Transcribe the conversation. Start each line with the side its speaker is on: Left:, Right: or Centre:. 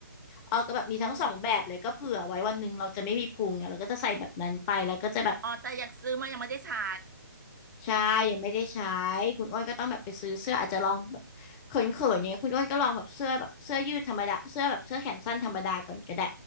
Left: อ้อก็แบบมีทั้งสองแบบเลยก็เผื่อไว้วันหนึ่งเราจะไม่มีพุงไงเราก็จะใส่แบบนั้นไปแล้วก็จะแบบ
Right: อืมอ๋อแต่อยากซื้อมายังไม่ได้ใช้
Left: ใช่ยังไม่ได้ใช้คุณอ้วนก็ต้องแบบไปซื้อเสื้ออาจจะลองแบบเขินๆอย่างเงี้ยคุณอ้วนก็ลองแบบเสื้อแบบเสื้อยืดธรรมดาเสื้อแบบเสื้อแขนสั้นธรรมดาก่อนก็ได้